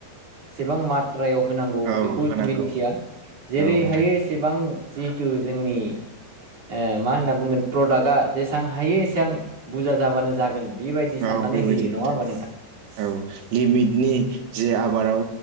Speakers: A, on the right; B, on the right.
A: सेबां मात थ्रायाव होनांगौ
B: औ
A: बेखौ
B: होनांगौ
A: मिथिया जेरैहायो
B: औ नोंथां
A: एसेबां जिहेथु जोंनि ओ मा होनना बुंगोन प्रडाक्टआ जेसेबां हायो एसेबां बुरजा जाबानो जागोन बेबायदि साननानै
B: औ बेबायदि
A: होयो
B: नोंथां
A: नङा होमबा
B: औ औ लिमिटनि जे आबादाव